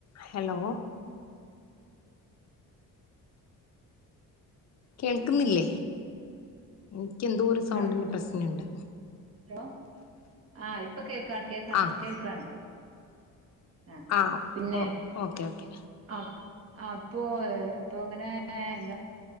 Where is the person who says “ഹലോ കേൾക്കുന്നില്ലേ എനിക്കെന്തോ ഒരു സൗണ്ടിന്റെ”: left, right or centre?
Left